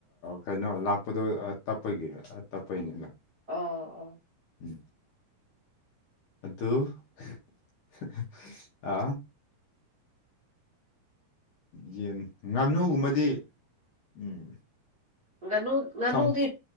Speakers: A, on the left; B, on the right.
A: ꯀꯩꯅꯣ ꯂꯥꯛꯄꯗꯣ ꯇꯞꯄꯒꯤ ꯇꯞꯄꯩꯅꯤꯅ
B: ꯑꯣ ꯑꯣ
A: ꯎꯝ ꯑꯗꯨ ꯑꯗꯨ ꯑ ꯌꯦꯟ ꯉꯥꯅꯨꯒꯨꯝꯕꯗꯤ ꯎꯝ
B: ꯉꯥꯅꯨ ꯉꯥꯅꯨꯗꯤ
A: ꯊꯝ